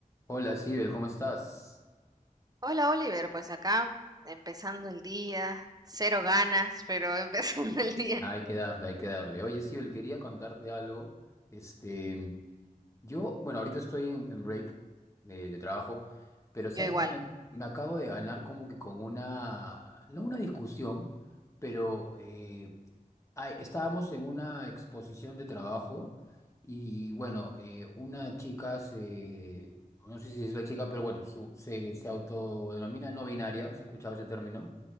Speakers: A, on the left (about 20°); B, on the right (about 25°).
A: Hola, Sibel, ¿cómo estás?
B: Hola Oliver, pues acá empezando el día, cero ganas, pero <laughs> empezando el día.
A: Ah, Hay que darle, hay que darle. Oye, Sibel, quería contarte algo. Este, yo, bueno, ahorita estoy en, en break de, de trabajo, pero sabes
B: Yo igual.
A: que me, me acabo de ganar como que con una, no una discusión, pero eh, ah, estábamos en una exposición de trabajo y bueno, eh, una chica se, no sé si es la chica, pero bueno, su- se, se autodenomina no binaria, ¿has escuchado ese término?